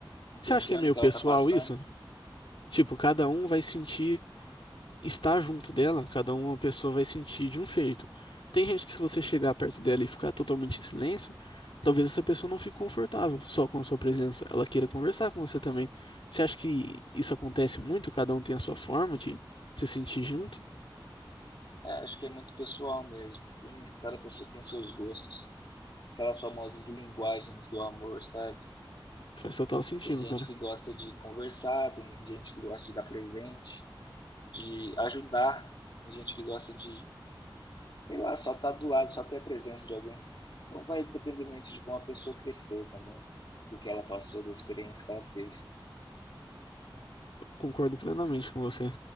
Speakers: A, on the left; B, on the left.
A: entendendo
B: Você acha que é meio
A: o que
B: pessoal
A: ela está passando.
B: isso? Tipo, cada um vai sentir estar junto dela, cada uma pessoa vai sentir de um jeito. Tem gente que se você chegar perto dela e ficar totalmente em silêncio, talvez essa pessoa não fique confortável só com a sua presença. Ela queira conversar com você também. Você acha que isso acontece muito? Cada um tem a sua forma de se sentir junto?
A: É, acho que é muito pessoal mesmo. Tem, cada pessoa tem seus gostos. Aquelas famosas linguagens do amor, sabe?
B: Faz total sentido,
A: Tem gente
B: cara.
A: que gosta de conversar, tem gente que gosta de dar presente, de ajudar, tem gente que gosta de, sei lá, só estar tá do lado, só ter a presença de alguém. Então vai depender muito de como a pessoa cresceu também, do que ela passou, da experiência que ela teve.
B: Concordo plenamente com você.